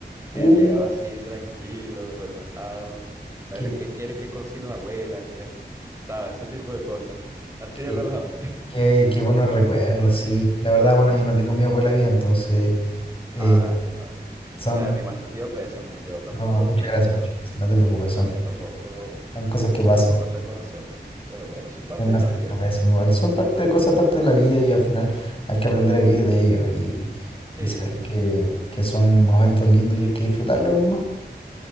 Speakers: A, on the right; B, on the left.
A: que
B: Uh,
A: llegaba así tranquilo, relajado. A
B: qué,
A: ver, ¿qué, qué, qué cocina la abuela? ¿Qué, hace? sabes? Ese tipo de cosas. Así
B: qué,
A: de relajado.
B: qué, qué buenos recuerdos, sí. La verdad, bueno, yo no tengo mi abuela viva, entonces
A: <laughs>
B: eh,
A: Ah, yo también. La
B: son.
A: de mi más sentido pésame. Yo tampoco,
B: No, muchas
A: la
B: gracias,
A: mía,
B: muchas gracias. No te preocupes,
A: la
B: son,
A: mía tampoco,
B: son cosas que pasan.
A: tampoco está con nosotros. Pero bueno, eso es parte
B: Es más,
A: de la vida.
B: yo pienso igual. Son parte, cosas parte de la vida y al final hay que aprender a vivir de ello y,
A: Sí,
B: y saber
A: sí.
B: que, que son momentos lindos y hay que disfrutarlos nomás, po.